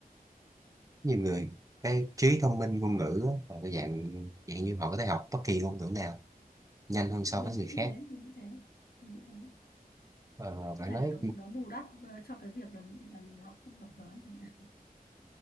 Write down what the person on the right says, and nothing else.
nhiều người cái trí thông minh ngôn ngữ á, là cái dạng dạng như họ có thể học bất kỳ ngôn ngữ nào nhanh hơn
so với người
khác
Ờ,
bạn
nói